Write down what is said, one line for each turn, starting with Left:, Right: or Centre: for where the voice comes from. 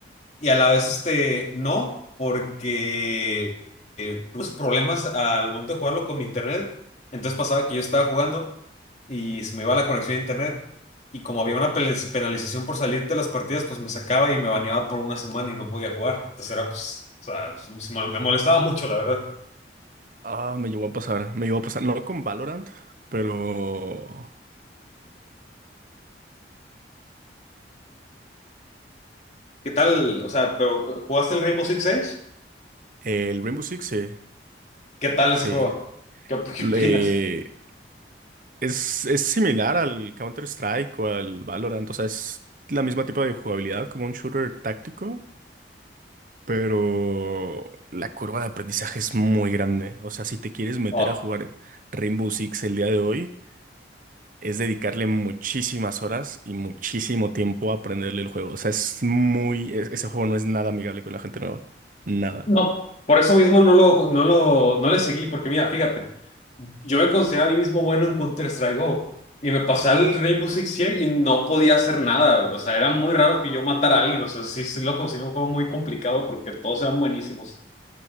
Left: y a la vez este, no, porque eh, tuve problemas al momento de jugarlo con mi internet. Entonces pasaba que yo estaba jugando y se me iba la conexión a internet. Y como había una pele- penalización por salir de las partidas, pues me sacaba y me baneaba por una semana y no podía jugar. Entonces era, pues, o sea, sí me me molestaba mucho, la verdad.
Right: Ah, me llegó a pasar, me llegó a pasar, no con Valorant, pero
Left: ¿Qué tal? O sea, pero ¿jugaste el Rainbow Six Siege?
Right: el Rainbow Six, sí,
Left: ¿Qué tal ese
Right: sí.
Left: juego? ¿Qué, qué
Right: Le-
Left: opinas?
Right: es, es similar al Counter-Strike o al Valorant, o sea, es la misma tipo de jugabilidad como un shooter táctico, pero la curva de aprendizaje es muy grande. O sea, si te quieres meter
Left: Oh,
Right: a jugar Rainbow Six el día de hoy, es dedicarle muchísimas horas y muchísimo tiempo a aprenderle el juego. O sea, es muy, e- ese juego no es nada amigable con la gente nueva. Nada.
Left: no, por eso mismo no lo, no lo, no le seguí, porque mira, fíjate. Yo me considero a mí mismo bueno en Counter-Strike Go. Y me pasaba el Rainbow Six Siege y no podía hacer nada. O sea, era muy raro que yo matara a alguien. O sea, sí, sí lo conseguí un juego muy complicado porque todos eran buenísimos.